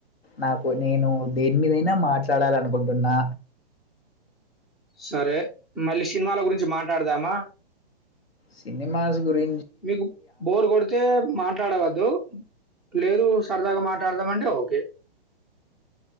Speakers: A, on the left; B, in the centre.
A: నాకు నేను దేని మీద నా మాట్లాడాల అనుకుంటున్నా
B: సరే మళ్ళీ సినిమాల గురించి మా ట్లాడదామా
A: సినిమాస్ గురి
B: మీకు బోర్ కొడితే మాట్లాడవద్దు లేదు సరదాగా మాట్లాడదామంటే ఓకే